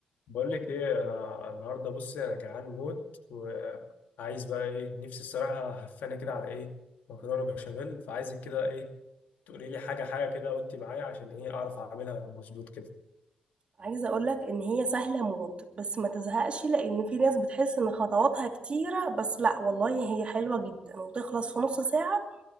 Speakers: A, on the left (about 80°); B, on the right (about 40°).
A: بقول لك ايه انا النهارده بصي انا جعان موت وعايز بقى ايه نفسي الصراحه هفاني كده على ايه مكرونه بشاميل فعايزك كده ايه تقولي لي حاجه حاجه كده وانت معايا عشان ايه اعرف اعملها مظبوط كده
B: عايزة اقولك ان هي سهلة موت بس ما تزهقش لان في ناس بتحس ان خطواتها كتيرة بس لا والله هي حلوة جدا وتخلص في نص ساعة